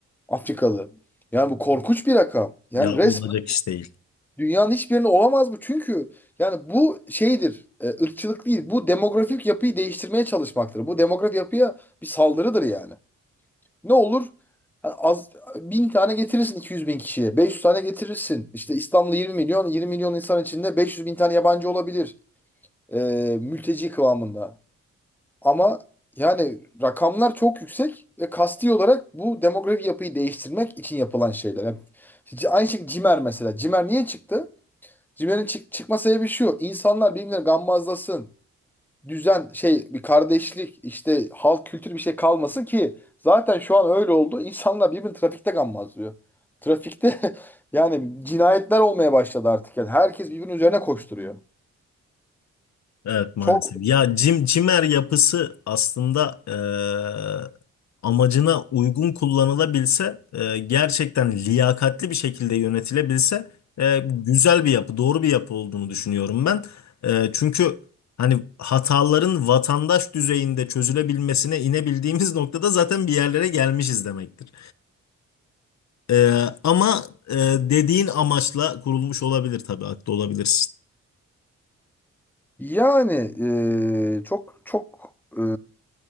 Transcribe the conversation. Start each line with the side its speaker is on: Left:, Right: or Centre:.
Centre: Afrikalı. Yani bu korkunç bir rakam. Yani
Left: Ya
Centre: resmen
Left: olacak iş değil.
Centre: dünyanın hiçbir yerinde olamaz bu. Çünkü yani bu şeydir, e, ırkçılık değil. Bu demografik yapıyı değiştirmeye çalışmaktır. Bu demografik yapıya bir saldırıdır yani. Ne olur? Ha, Az, bin tane getirirsin iki yüz bin kişiye. beş yüz tane getirirsin. İşte İstanbul'da 20 milyon, 20 milyon insan içinde beş yüz bin tane yabancı olabilir. E, mülteci kıvamında. Ama yani rakamlar çok yüksek ve kasti olarak bu demografik yapıyı değiştirmek için yapılan şeyler. Yani c- aynı şekilde Cimer mesela. Cimer niye çıktı? Cimer'in çık çıkma sebebi şu. İnsanlar birbirine gammazlasın. Düzen, şey bir kardeşlik, işte halk kültürü bir şey kalmasın ki zaten şu an öyle oldu. İnsanlar birbirini trafikte gammazlıyor. Trafikte <laughs> yani cinayetler olmaya başladı artık. Yani herkes birbirinin üzerine koşturuyor.
Left: Evet maalesef.
Centre: Çok
Left: Ya cim, cimer yapısı aslında eee, amacına uygun kullanılabilse, eee, gerçekten liyakatli bir şekilde yönetilebilse eee, güzel bir yapı, doğru bir yapı olduğunu düşünüyorum ben. Eee, çünkü hani hataların vatandaş düzeyinde çözülebilmesine inebildiğimiz <laughs> noktada zaten bir yerlere gelmişiz demektir. Eee, ama eee, dediğin amaçla kurulmuş olabilir tabii, haklı olabilirsin.
Centre: yani eee, çok çok eee